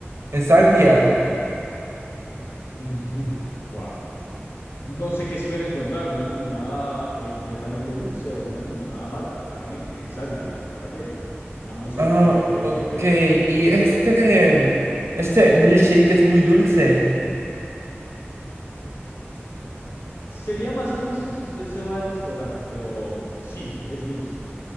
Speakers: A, on the right; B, on the left.
A: es agria.
B: mm, mm, no, guau. No sé qué espera encontrar, una limonada eh, completamente dulce o una limonada amarga, claramente es agria, caballero, a menos que,
A: Oh,
B: que quiera que le
A: ok.
B: eche que...
A: Y este, este milkshake es muy dulce.
B: Sería más dulce si usted se va del restaurante, pero sí, es dulce.